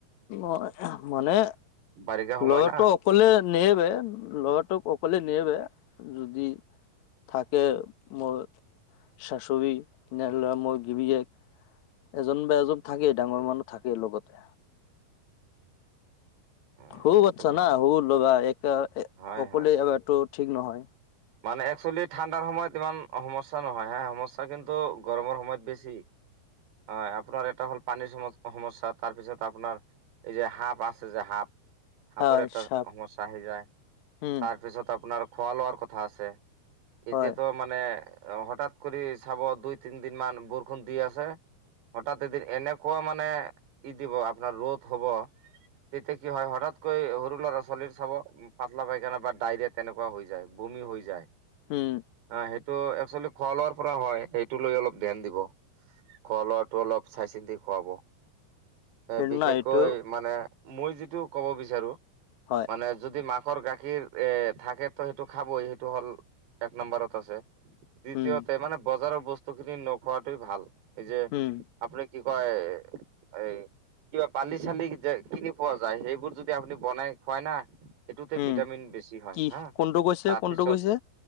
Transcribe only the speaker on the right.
বাৰিষা সময়
না
উম,
সেইটো
ভাল
হয়
হয়
মানে একচুৱেলি ঠাণ্ডাৰ সময়ত ইমান সমস্যা নহয় হা, সমস্যা কিন্তু গৰমৰ সময়ত বেছি, হয় আপোনাৰ এটা হ'ল পানীৰ সমস্যাত তাৰপিছত আপোনাৰ এই যে সাপ আছে যে সাপ সাপৰ
এটা
সমস্যা আহি যায়,
তাৰপিছত আপোনাৰ খোৱা লোৱাৰ কথা আছে। এতিয়াতো
মানে হঠাৎ কৰি চাব দুই তিনি দিন মান বৰষুণ দি আছে হঠাৎ এদিন এনেকুৱা মানে ই দিব আপোনাৰ ৰ'দ হব তেতিয়া কি হয় হঠাতকৈ সৰু ল'ৰা ছোৱালীৰ চাব পাতলা পাইখানা বা ডাইৰিয়া তেনেকুৱা হৈ যায়। বমি হৈ যায়।
অঁ, সেইটো আচলতে খোৱা লোৱাৰ পৰা হয়। সেইটো লৈ অলপ ধ্যান দিব, খোৱা লোৱাটো অলপ চাই চিন্তি খোৱাব। এ
বিশেষকৈ
মানে মই যিটো ক'ব বিচাৰো,
মানে যদি মাক ৰ গাখীৰ এ থাকেতো সেইটো খাবই, সেইটো হ'ল এক নম্বাৰত আছে। দ্বিতীয়তে
মানে বজাৰৰ বস্তু খিনি নোখোৱাটোই ভাল, এই যে
আপুনি কি কয়, এই কিবা বালি চালি যে কি কি পোৱা যায়, সেইবোৰ যদি আপুনি বনাই খুৱাই না সেইটোতে
ভিটামিন বেছি হয়
হা,
তাৰপিছত